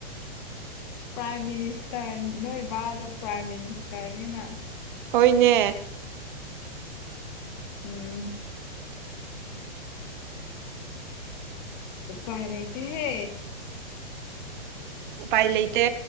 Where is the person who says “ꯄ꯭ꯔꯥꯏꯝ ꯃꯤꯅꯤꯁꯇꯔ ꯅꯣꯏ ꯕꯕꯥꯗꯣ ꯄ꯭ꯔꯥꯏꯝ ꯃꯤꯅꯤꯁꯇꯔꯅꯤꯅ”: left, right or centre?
Left